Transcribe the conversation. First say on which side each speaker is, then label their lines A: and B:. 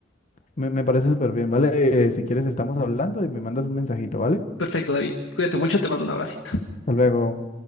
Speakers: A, on the left; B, on the left.
A: me, me parece súper bien, ¿vale? Eh, si quieres, estamos hablando y me mandas un mensajito, ¿vale?
B: Perfecto, David. Cuídate mucho, te mando un abracito.
A: Hasta luego.